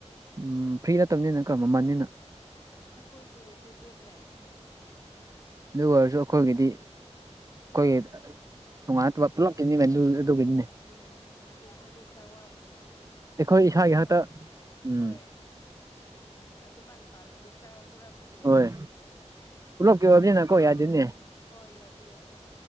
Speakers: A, on the right; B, on the left.
A: ꯎꯝ ꯐ꯭ꯔꯤ ꯅꯠꯇꯕꯅꯤꯅ ꯀꯣ ꯃꯃꯟꯅꯤꯅ꯫
B: ꯑꯩꯈꯣꯏꯁꯨ ꯄ꯭ꯔꯤꯄꯦꯗꯅꯦ꯫
A: ꯑꯗꯨ ꯑꯣꯏꯔꯁꯨ ꯑꯩꯈꯣꯏꯒꯤꯗꯤ ꯑꯩꯈꯣꯏꯒꯤ ꯇꯣꯉꯥꯟꯅ ꯇꯣꯉ ꯄꯨꯂꯞ ꯀꯤꯅꯤ ꯑꯗꯨ ꯑꯗꯨꯒꯤꯅꯤꯅꯦ
B: ꯎꯝ ꯑꯗꯨ <unintelligible> ꯑꯗꯨ ꯈꯔ ꯋꯥꯕꯅꯦ ꯑꯩꯈꯣꯏꯗꯤ
A: ꯑꯩꯈꯣꯏ ꯏꯁꯥꯒꯤ
B: ꯏꯃꯨꯛ
A: ꯈꯛꯇ ꯎꯝ
B: ꯍꯣꯏ ꯑꯗꯨꯃꯥꯏꯅ ꯄꯥꯜꯂꯗꯤ ꯈꯔ ꯍꯨꯔꯥꯝꯕꯁꯨ ꯗꯦꯕ
A: ꯍꯣꯏ ꯄꯨꯂꯞꯀꯤ ꯑꯣꯏꯕꯅꯤꯅꯀꯣ
B: ꯄꯨꯟꯅ
A: ꯌꯥꯗꯦꯅꯦ
B: <unintelligible> ꯑꯣꯏ ꯌꯥꯗꯦ ꯌꯥꯗꯦ꯫